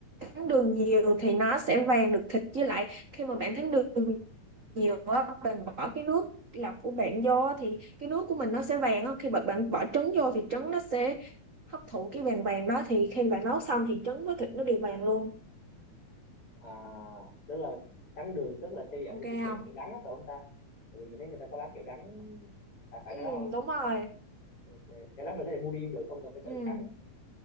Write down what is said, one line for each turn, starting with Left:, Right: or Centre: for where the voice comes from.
Right: thắng đường nhiều thì nó sẽ vàng được thịt với lại khi mà bạn thắng đường nhiều á, bạn bỏ cái nước lọc của bạn vô á thì cái nước của mình nó sẽ vàng á. Khi mà bạn bỏ trứng vô thì trứng nó sẽ hấp thụ cái vàng vàng đó thì khi bạn nấu xong thì trứng với thịt nó đều vàng luôn.
Left: à tức là trắng đường tức là theo dạng
Right: Ok
Left: cái kiểu kiểu,
Right: không?
Left: kiểu đắng đó phải không ta tại vì mình thấy người ta có bán kiểu đắng phải phải
Right: Ừ,
Left: cái đó không
Right: đúng rồi.
Left: ok cái đó mình có thể mua riêng được không cần phải
Right: Ừ.
Left: tự thắng